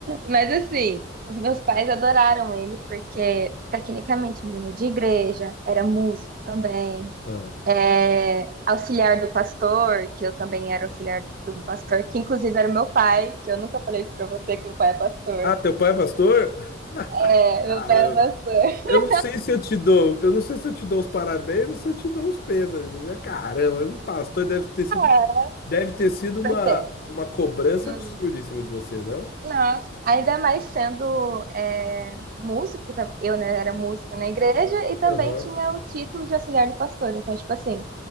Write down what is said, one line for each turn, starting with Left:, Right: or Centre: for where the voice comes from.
Right: Mas assim, os meus pais adoraram ele, porque tecnicamente menino de igreja, era músico também.
Left: Ah.
Right: é, auxiliar do pastor, que eu também era auxiliar do pastor, que inclusive era meu pai, que eu nunca falei isso pra você, que meu pai é pastor.
Left: Ah, teu pai é pastor?
Right: É,
Left: Caramba.
Right: meu pai é pastor. <laughs>
Left: Eu não sei se eu te dou, eu não sei se eu te dou os parabéns ou se eu te dou os pêsames. Eu Já, Caramba, o pastor deve ter sido,
Right: Ah,
Left: deve ter sido uma,
Right: acontece.
Left: uma cobrança
Right: Hum.
Left: absurda em cima de você, não?
Right: Nossa, ainda mais sendo é, músico, tam- eu né, era música na igreja e também
Left: Aham.
Right: tinha o título de auxiliar do pastor. Então, tipo assim,